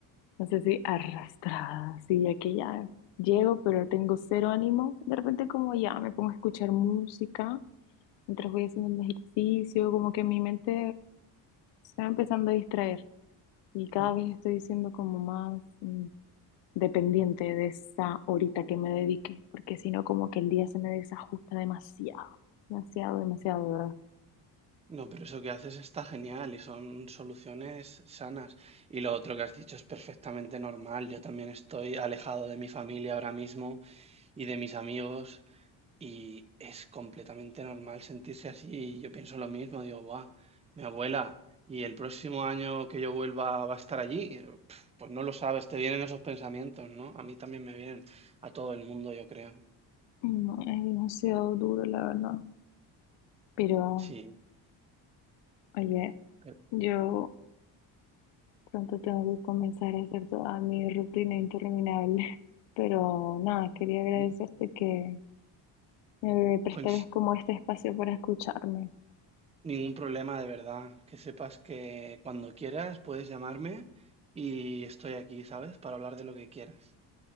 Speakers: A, on the left; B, on the right.
A: no sé si arrastrada, así ya que ya llego, pero tengo cero ánimo. De repente como ya me pongo a escuchar música mientras voy haciendo un ejercicio, como que mi mente se va empezando a distraer y cada
B: Ujú.
A: vez estoy siendo como más mm, dependiente de esa horita que me dedique, porque si no como que el día se me desajusta demasiado, demasiado, demasiado, de verdad.
B: No, pero eso que haces está genial y son soluciones sanas. Y lo otro que has dicho es perfectamente normal. Yo también estoy alejado de mi familia ahora mismo. y de mis amigos y es completamente normal sentirse así. Y yo pienso lo mismo, digo, guau, mi abuela, y el próximo año que yo vuelva va a estar allí. Y, pf, Pues no lo sabes, te vienen esos pensamientos, ¿no? A mí también me vienen, a todo el mundo, yo creo.
A: No, es demasiado duro, la verdad. Pero...
B: Sí,
A: Oye,
B: pero,
A: yo pronto tengo que comenzar a hacer toda mi rutina interminable, <laughs> pero nada, quería agradecerte
B: mm,
A: que me prestaras
B: pues
A: como este espacio para escucharme.
B: ningún problema de verdad. Que sepas que cuando quieras puedes llamarme y estoy aquí, ¿sabes? Para hablar de lo que quieras.